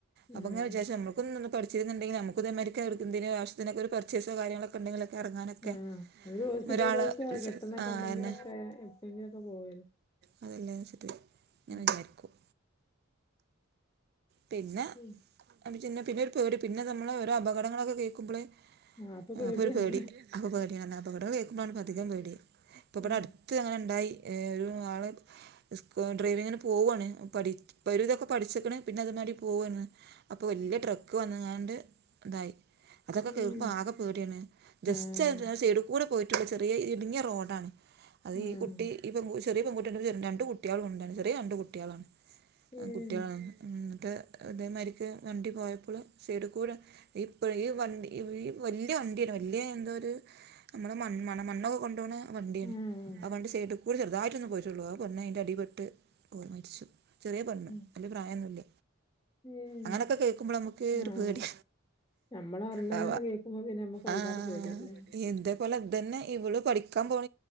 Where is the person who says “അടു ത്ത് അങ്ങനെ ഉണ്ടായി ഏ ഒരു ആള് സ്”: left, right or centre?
Right